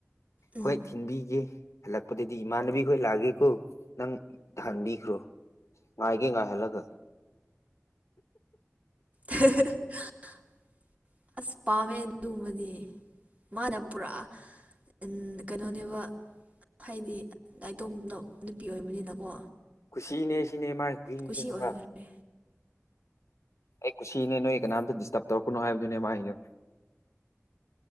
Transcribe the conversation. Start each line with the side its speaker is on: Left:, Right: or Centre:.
Right: ꯎꯝ
Left: ꯍꯣꯏ ꯊꯤꯟꯕꯤꯒꯦ ꯍꯜꯂꯛꯄꯗꯗꯤ ꯏꯃꯥꯟꯅꯕꯤ ꯈꯈꯣꯏ ꯂꯥꯛꯑꯒꯦꯀꯣ ꯅꯪ ꯊꯍꯟꯕꯤꯈ꯭ꯔꯣ ꯉꯥꯢꯒꯦ ꯉꯥꯢꯍꯜꯂꯒ
Right: <unintelligible> ꯑꯁ ꯄꯥꯝꯃꯦ ꯑꯗꯨꯒꯨꯝꯕꯗꯤ ꯃꯥꯅ ꯄꯨꯔꯥ ꯎ ꯀꯩꯅꯣꯅꯦꯕ ꯍꯥꯏꯗꯤ ꯅꯥꯏꯇꯣꯅꯣ ꯅꯨꯄꯤ ꯑꯣꯏꯕꯅꯤꯅꯀꯣ
Left: ꯀꯨꯁꯤꯅꯦ ꯁꯤꯅꯦ ꯃꯥꯒꯤ ꯈꯨꯍꯤꯡꯁꯦ
Right: ꯀꯨꯁꯤ
Left: ꯈꯪꯕ꯭ꯔꯥ
Right: ꯑꯣꯏꯈ꯭ꯔꯦ
Left: ꯑꯩ ꯀꯨꯁꯤꯅꯦ ꯅꯣꯏ ꯀꯅꯥꯝꯇ ꯗꯤꯁꯇꯔꯕ ꯇꯧꯔꯛꯀꯅꯣꯕꯗꯨꯅꯦ ꯃꯥꯒꯤꯗꯣ